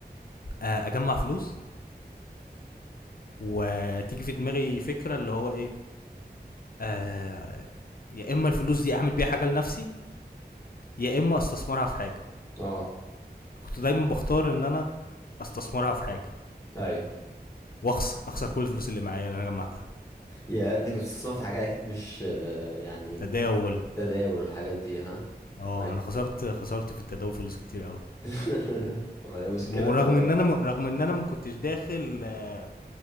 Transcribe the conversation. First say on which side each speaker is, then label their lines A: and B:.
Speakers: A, on the left; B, on the left.
A: آه، اجمع فلوس وتيجي في دماغي فكره اللي هو ايه آه، يا اما الفلوس دي اعمل بيها حاجه لنفسي يا اما استثمرها في حاجه
B: اه
A: كنت دايما بختار ان انا استثمرها في حاجه
B: ايوه
A: واخسر اخسر كل الفلوس اللي معايا اللي انا جمعتها
B: يا انك كنت بتسمع في حاجة اكيد مش آه، يعني
A: تداول
B: تداول والحاجات دي ها
A: اه
B: ايوه
A: انا خسرت خسرت في التداول فلوس كتير قوي
B: <laughs> ما هي مشكلة
A: ورغم
B: التداول
A: ان انا
B: ده.
A: رغم ان انا ما كنتش داخل آه،